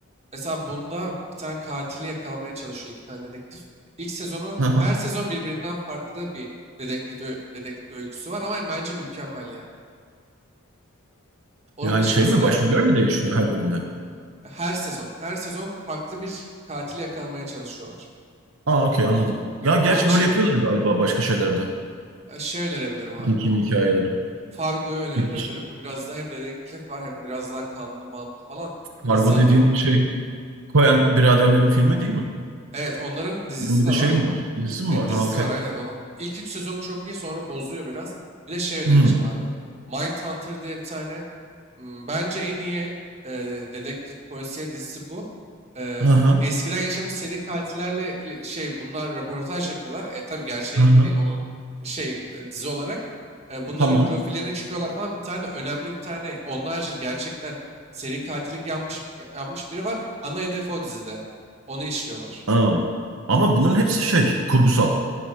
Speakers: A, on the right; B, on the right.
A: Mesela bunda bir tane katili yakalamaya çalışıyor iki tane dedektif. İlk sezonu
B: Aha.
A: her sezon birbirinden farklı bir dedektif, ö- dedektif öyküsü var ama bence mükemmel yani. Onun
B: Yani
A: dışında
B: şey
A: sana
B: mi başroller mi değişiyor her bölümde?
A: her sezon, her sezon farklı bir katili yakalamaya çalışıyorlar.
B: Aa okey anladım. Ya gerçi
A: Ve Onun dışında
B: böyle yapıyorlar galiba başka şeylerde.
A: şey önerebilirim abi
B: Kim
A: bak.
B: hikayeleri.
A: Fargo'yu önerebilirim.
B: Peki
A: Bu biraz da hem dedektif var hem biraz daha kanlı manlı falan.
B: Kargo
A: İnsanların,
B: dediğin şey Coen biraderlerin filmi değil mi?
A: evet onların dizisi
B: Bunun bir
A: de
B: de şey
A: var.
B: mi var? Dizisi mi
A: Evet
B: var?
A: dizisi
B: Ha okey.
A: var aynen ona. İlk 3 sezonu çok iyi sonra bozuyor biraz. Bir de şey önereceğim
B: Hı.
A: abi. Mindhunter diye bir tane m, bence en iyi e, dedektif polisiye dizisi bu. E,
B: Hı hı.
A: eskiden yaşamış seri katillerle ile- şey bunlar röportaj yapıyorlar. E, tabii gerçeği
B: Hı hı.
A: de değil onun şey e, dizi olarak. E, bunların
B: Tamam.
A: profillerine çıkıyorlar falan. Bir tane de önemli bir tane onlarca yıl gerçekten seri katillik yapmış, yapmış biri var. Ana hedef o dizide. Onu işliyorlar.
B: Ha. Ama bunun hepsi şey, kurgusal.